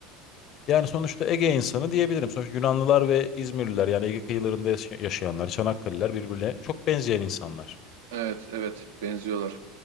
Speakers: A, on the left (about 50°); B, on the right (about 85°).
A: yani sonuçta Ege insanı diyebilirim. Sonuçta Yunanlılar ve İzmirliler yani Ege kıyılarında yaşayanlar, Çanakkale'liler birbirine çok benzeyen insanlar.
B: Evet evet benziyorlar.